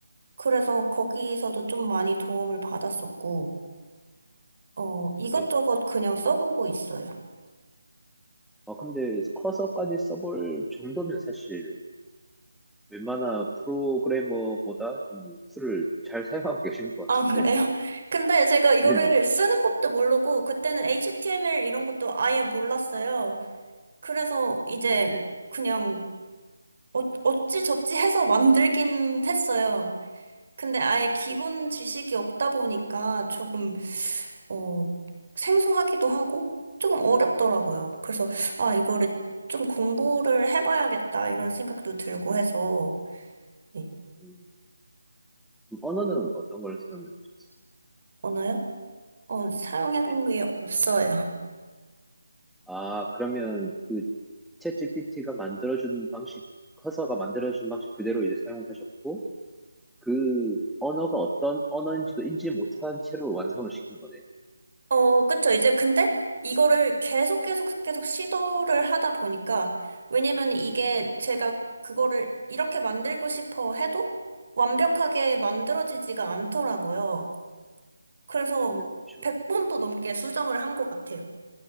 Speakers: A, on the right; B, in the centre.
A: 그래서 거기서도 좀 많이 도움을 받았었고, 어, 이것저것
B: 네
A: 그냥 써보고 있어요.
B: 아, 근데 커서까지 써볼 정도면 사실 웬만한 프로그래머보다 좀 툴을 잘 사용하고 계시는 것
A: 아,
B: 같은데요?
A: 그래요? <laughs> 근데 제가 이거를
B: 네네.
A: 쓰는 법도 모르고, 그때는 HTML 이런 것도 아예 몰랐어요. 그래서 이제
B: 네.
A: 그냥 어, 어찌저찌 해서 만들긴 했어요. 근데 아예 기본
B: 네.
A: 지식이 없다 보니까 조금, 어, 생소하기도 하고 조금 어렵더라고요. 그래서, 아, 이거를 좀 공부를 해봐야겠다 이런 생각도 들고 해서, 네.
B: 음, 그럼 언어는 어떤 걸 사용하셨어요
A: 언어요? 어, 사용해본
B: 네.
A: 게 없어요.
B: 아, 그러면 그 챗GPT가 만들어준 방식, 커서가 만들어준 방식 그대로 이제 사용하셨고, 그 언어가 어떤 언어인지도 인지 못한 채로 완성을 시킨 거네요.
A: <laughs> 어, 그쵸. 이제 근데 이거를 계속 계속 계속 시도를 하다 보니까, 왜냐면 이게 제가 그거를 이렇게 만들고 싶어 해도 완벽하게 만들어지지가 않더라고요. 그래서
B: 아, 네, 그렇죠.
A: 100번도 넘게 수정을 한 것 같아요.